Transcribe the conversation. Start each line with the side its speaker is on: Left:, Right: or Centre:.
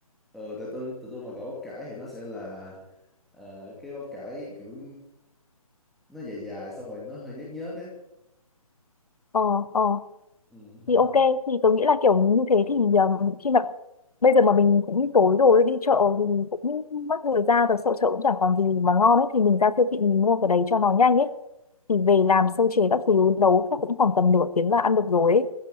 Centre: Ờ, tại tôi tụi tôi mà gọi bắp cải thì nó sẽ là ờ, cái bắp cải kiểu nó dài dài xong rồi nó hơi nhớt nhớt á.
Left: ờ ờ
Centre: Ừ. <laughs>
Left: thì ok thì tớ nghĩ là kiểu
Centre: Ờ,
Left: như thế
Centre: Luộc
Left: thì
Centre: cũng
Left: um,
Centre: được.
Left: khi mà bây giờ mà mình cũng tối rồi đi chợ thì cũng mất thời gian rồi sợ chợ cũng chẳng còn gì mà ngon ấy thì mình ra siêu thị mình mua cái đấy cho nó nhanh ấy thì về
Centre: Ừ.
Left: làm sơ chế các thứ nấu chắc cũng khoảng tầm nửa tiếng là ăn được rồi ấy